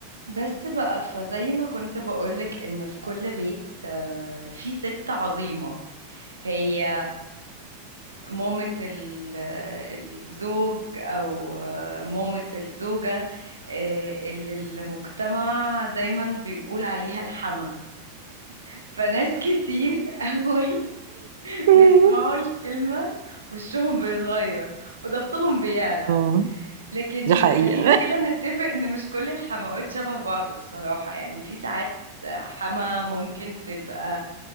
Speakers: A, on the right; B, on the right.
A: بس بقى فزي ما كنت بقولك ان في كل بيت آه، في ست عظيمة هي مامة ال- الزوج او مامة الزوجة آه، اللي المجتمع دايما بيقول عليها الحما فناس كتير <laughs> اول
B: مم.
A: ما يسمعوا الكلمة وشهم بيتغير وضغطهم بيعلى
B: اه
A: لكن
B: دي حقيقة
A: خلينا
B: <laughs>
A: كده نتفق ان مش كل الحموات شبه بعض بصراحة يعني في ساعات حما ممكن تبقى